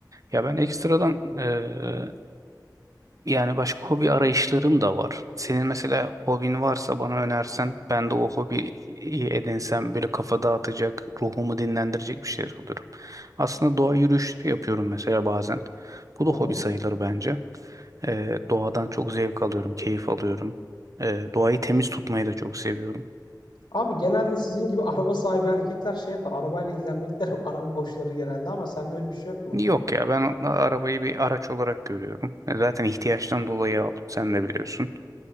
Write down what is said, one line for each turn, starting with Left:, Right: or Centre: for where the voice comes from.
Right: Ya ben ekstradan eee, yani başka hobi arayışlarım da var. Senin mesela hobin varsa bana önersen ben de o hobiyi edinsem böyle kafa dağıtacak, ruhumu dinlendirecek bir şeyler alıyorum. Aslında doğa yürüyüşleri yapıyorum mesela bazen. Bu da
Left: Hı
Right: hobi
Left: hı.
Right: sayılır bence. Eee, doğadan çok zevk alıyorum, keyif alıyorum. Eee, doğayı temiz tutmayı da çok seviyorum.
Left: Abi genelde sizin gibi araba sahibi erkekler şey yapar. Arabayla ilgilenmekten <laughs> araba hoşları genelde ama sende öyle bir şey yok mu?
Right: Yok ya ben arabayı bir araç olarak görüyorum. E, Zaten ihtiyaçtan dolayı aldım sen de biliyorsun.